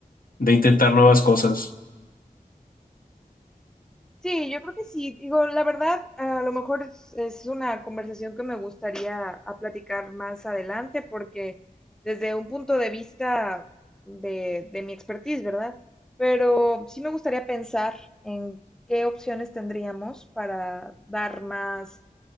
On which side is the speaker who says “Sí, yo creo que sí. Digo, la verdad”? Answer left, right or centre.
Centre